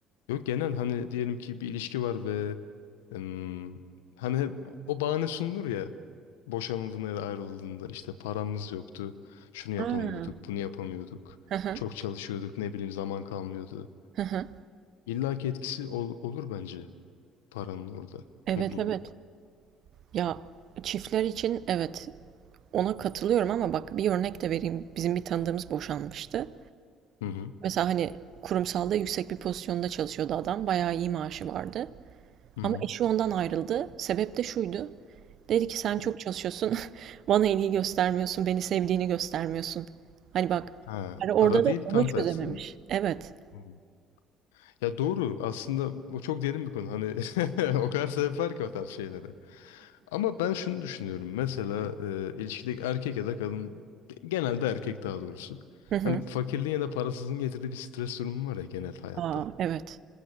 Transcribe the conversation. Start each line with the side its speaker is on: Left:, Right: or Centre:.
Left: Yok genel hani diyelim ki bir ilişki var ve em, hani hep o bahane sunulur ya boşanıldığında ya da ayrıldığında işte paramız yoktu, şunu yapamıyorduk,
Right: Ha.
Left: bunu yapamıyorduk,
Right: Hı hı.
Left: çok çalışıyorduk, ne bileyim zaman kalmıyordu.
Right: Hı hı.
Left: İlla ki etkisi ol- olur bence paranın orada
Right: Evet
Left: mutluluğa.
Right: evet. Ya çiftler için evet ona katılıyorum ama bak bir örnek de vereyim. Bizim bir tanıdığımız boşanmıştı.
Left: Hı hı.
Right: Mesela hani kurumsalda yüksek bir pozisyonda çalışıyordu adam. Bayağı iyi maaşı vardı.
Left: Hı hı.
Right: Ama eşi ondan ayrıldı. Sebep de şuydu. Dedi ki sen çok
Left: Hı.
Right: çalışıyorsun. <laughs> Bana ilgi göstermiyorsun. Beni sevdiğini göstermiyorsun. Hani bak.
Left: Ha,
Right: Hani orada
Left: para değil
Right: da onu
Left: tam
Right: çözememiş.
Left: tersi.
Right: Evet.
Left: Hı. Ya doğru aslında o çok derin bir konu hani <laughs> o kadar sebep var ki o tarz şeylere. Ama ben şunu düşünüyorum. Mesela e, ilişkideki erkek ya da kadın genelde erkek daha doğrusu.
Right: Hı hı.
Left: Hani fakirliğin ya da parasızlığın getirdiği bir stres durumu var ya genel hayatta.
Right: Aa, evet.